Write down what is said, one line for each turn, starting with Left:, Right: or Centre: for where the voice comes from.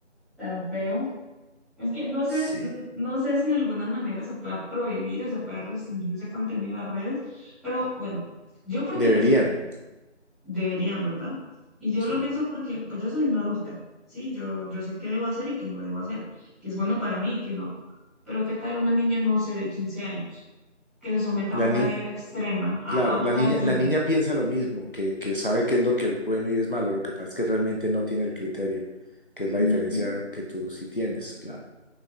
Centre: tan feo. Es que no sé,
Left: sí,
Centre: n- no sé si de alguna manera se pueda prohibir o se pueda restringir ese contenido de redes, pero bueno, yo porque
Left: deberían.
Centre: yo soy Deberían, ¿verdad? Y yo
Left: Sí.
Centre: lo pienso porque, pues yo soy una adulta, ¿sí? Yo, yo sé qué debo hacer y qué no debo hacer, qué es bueno para mí y qué no. Pero ¿qué tal una niña, no sé, de 15 años, que se someta
Left: La
Centre: a una
Left: ni-
Centre: dieta extrema, a,
Left: Claro,
Centre: a un
Left: la niña,
Centre: ayuno?
Left: la niña piensa lo mismo, que, que sabe qué es lo que es bueno y es malo, lo que pasa es que realmente no tiene el criterio, que es
Centre: Ujú,
Left: la diferencia que tú sí tienes, claro,